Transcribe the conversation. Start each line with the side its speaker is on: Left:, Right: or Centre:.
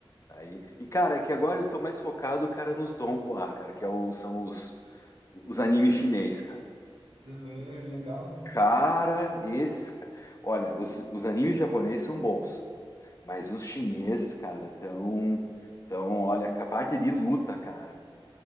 Left: Aí, e cara, é que agora eu tô mais focado, cara, nos Donghua, cara, que é o- são os, os animes chinês, cara.
Right: Aham, é legal, né?
Left: Cara, esses, cara. Olha, os, os animes japoneses são bons, mas os chineses, cara, tão, tão, olha, a parte de luta, cara,